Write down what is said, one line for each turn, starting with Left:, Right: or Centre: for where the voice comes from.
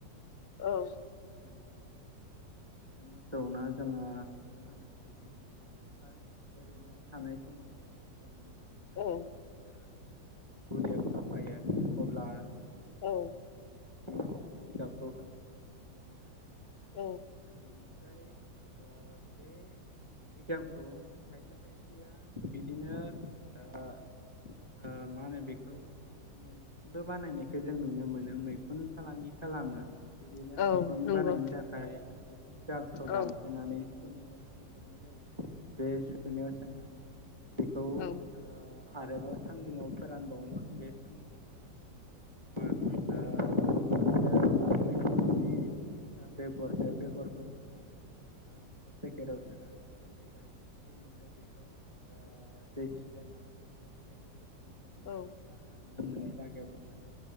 Left: औ।
Right: ए। मोसौनो जोङो होनायखौ जों नुनो मोनो बा ओरैनो थानाय समावबो <inaudible> जों मोना मोना
Left: औ
Right: समाव जेब्ला जों बिसोरखौ बुरियाव थाफायो अब्ला
Left: औ
Right: बिजगाबखौ होनायखौ जों नुनो मोनो आरो बिथां
Left: औ
Right: दा बेनि <inaudible> ओमफ्राय बे जिगामखौ खायसे खायसेया बिदिनो ओ मा होनो बेखौ मैखुनबो बानायनायखौ जों नुनो मोनो मैखुन फालांगि खालामो बिदिनो
Left: औ
Right: मैखुन
Left: नंगौ
Right: बानायनो थाखाय। जि गामिखौ दानफ्लेनानै
Left: औ
Right: सुखुनायाव सोमगोनां जायो बे सुखुनायाव सोमनानै बेखौ
Left: औ
Right: ओ आरोबाव सान्दुुंआव फोरानबावो बे सान्दुङाव फोरानबावनानै बेखौ
Left: औ <inaudible>
Right: मैखुमनि जा बेगर बे बेगरखौ होनानै आरामसे पेकेटाव सोनानै खालामनाय जायो आरो बेनिफ्राय <inaudible> ओमफ्राय बेखौ ओ दै सिप्रे मारिबाय थानाय जायो न'सिंआव दोननानै
Left: औ
Right: बार हाब <inaudible> नो मोनै जायगाया दोननानै